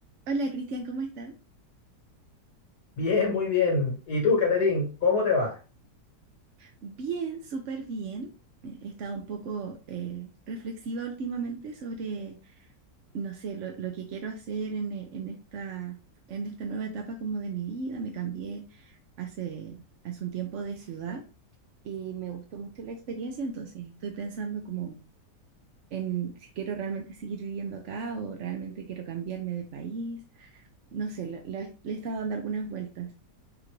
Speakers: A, on the right; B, on the left.
A: Hola Cristian, ¿cómo estás?
B: Bien, muy bien. ¿Y tú, Caterín, cómo te va?
A: Bien, súper bien. Eh, He estado un poco eh, reflexiva últimamente sobre, no sé, lo, lo que quiero hacer en, e- en esta, en esta nueva etapa como de mi vida. Me cambié hace, hace un tiempo de ciudad y me gustó mucho la experiencia, entonces estoy pensando como en si quiero realmente seguir viviendo acá o realmente quiero cambiarme de país. No sé, lo- lo he- le he estado dando algunas vueltas.